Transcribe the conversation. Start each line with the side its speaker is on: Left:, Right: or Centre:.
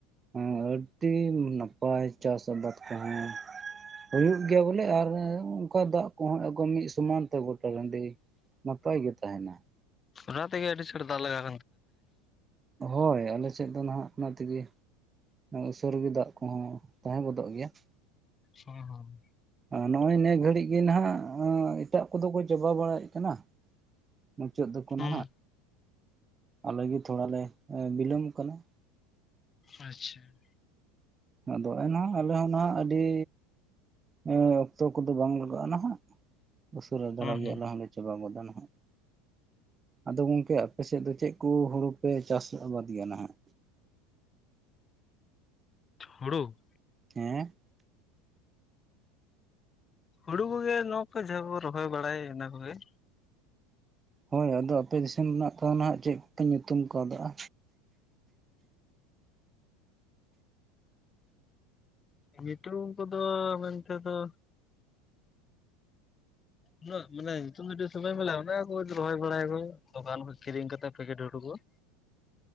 Right: ᱦᱮᱸ ᱟᱹᱰᱤ ᱱᱟᱯᱟᱭ ᱪᱟᱥ ᱟᱵᱟᱫ ᱠᱚᱦᱚᱸ ᱾ ᱦᱩᱭᱩᱜ ᱜᱮᱭᱟ ᱵᱚᱞᱮ ᱟᱨ ᱚᱱᱠᱟ ᱫᱟᱜ ᱠᱚᱦᱚᱸ ᱮᱠᱫᱚᱢ ᱢᱤᱫ ᱥᱚᱢᱟᱱ ᱛᱮ ᱜᱚᱴᱟ ᱴᱟᱺᱰᱤ ᱱᱟᱯᱟᱭ ᱜᱮ ᱛᱟᱦᱮᱱᱟ ᱾
Left: ᱟᱱᱚ ᱛᱮᱜᱮ ᱟᱹᱰᱤ ᱪᱟᱲ ᱵᱟᱞᱮ <unintelligible>
Right: ᱦᱳᱭ, ᱟᱞᱮ ᱥᱮᱫ ᱫᱚ ᱱᱟᱦᱟᱜ ᱚᱱᱟ ᱛᱮᱜᱮ ᱩᱥᱟᱹᱨᱟ ᱜᱮ ᱫᱟᱜ ᱠᱚᱦᱚᱸ ᱛᱟᱦᱮᱸ ᱜᱚᱫᱚᱜ ᱜᱮᱭᱟ ᱾
Left: ᱦᱮᱸ ᱦᱮᱸ ᱾
Right: ᱱᱚᱜᱼᱚᱭ ᱱᱤᱭᱟᱹ ᱜᱷᱟᱹᱲᱤᱡ ᱜᱮ ᱱᱟᱜ ᱮᱴᱟᱜ ᱠᱚᱫᱚ ᱠᱚ ᱪᱟᱵᱟ ᱵᱟᱲᱟᱭᱮᱫ ᱠᱟᱱᱟ ᱾ ᱢᱩᱪᱟᱹᱫ ᱮᱫᱟ ᱠᱚ ᱱᱟᱦᱟᱜ
Left: ᱦᱩᱸ
Right: ᱟᱞᱮ ᱜᱮ ᱛᱷᱚᱲᱟ ᱞᱮ ᱵᱤᱞᱚᱢ ᱟᱠᱟᱱᱟ ᱾
Left: ᱟᱪᱪᱷᱟ ᱾
Right: ᱟᱫᱚ ᱮᱱᱦᱚ ᱟᱞᱮ ᱦᱚᱸ ᱱᱟᱦᱟᱜ ᱟᱹᱰᱤ ᱦᱮᱸ ᱚᱠᱛᱚ ᱠᱚᱫᱚ ᱵᱟᱝ ᱞᱟᱜᱟᱜᱼᱟ ᱱᱟᱦᱟᱜ, ᱩᱥᱟᱹᱨᱟ ᱫᱷᱟᱨᱟ
Left: ᱦᱩᱸ
Right: ᱜᱮ
Left: ᱦᱩᱸ
Right: ᱟᱞᱮ ᱦᱚᱸᱞᱮ ᱪᱟᱵᱟ ᱜᱚᱫᱟ ᱱᱟᱦᱟᱜ ᱾ ᱟᱫᱚ ᱜᱚᱝᱠᱮ ᱟᱯᱮ ᱥᱮᱫ ᱫᱚ ᱪᱮᱫ ᱠᱚ ᱦᱩᱲᱩ ᱯᱮ ᱪᱟᱥ ᱟᱵᱟᱫ ᱜᱮᱭᱟ ᱱᱟᱦᱟᱜ?
Left: ᱦᱩᱲᱩ?
Right: ᱦᱮᱸ᱾
Left: ᱦᱩᱲᱩ ᱠᱚᱜᱮ, ᱱᱚᱣᱟ ᱠᱚ ᱡᱟᱦᱟ ᱵᱚ ᱨᱚᱦᱚᱭ ᱵᱟᱲᱟᱭᱟ ᱤᱱᱟᱹ ᱠᱚᱜᱮ ᱾
Right: ᱦᱳᱭ, ᱟᱫᱚ ᱟᱯᱮ ᱫᱤᱥᱚᱢ ᱨᱮᱱᱟᱜ ᱛᱚ ᱱᱟᱦᱟᱜ ᱪᱮᱫ ᱠᱚ ᱯᱮ ᱧᱩᱛᱩᱢ ᱠᱟᱣᱫᱟᱜ-ᱟ?
Left: ᱧᱩᱛᱩᱢ ᱠᱚᱫᱚ ᱢᱮᱱᱛᱮ ᱫᱚ ᱩᱱᱟᱹᱜ ᱢᱟᱱᱮ ᱧᱩᱛᱩᱢ ᱠᱚᱫᱚ <unintelligible> ᱨᱚᱦᱚᱭ ᱵᱟᱲᱟᱭ ᱟᱠᱚ ᱫᱚᱠᱟᱱ ᱠᱷᱚᱱ ᱠᱤᱨᱤᱧ ᱠᱟᱛᱮᱫ ᱯᱮᱠᱮᱴ ᱦᱩᱲᱩ ᱠᱚ ᱾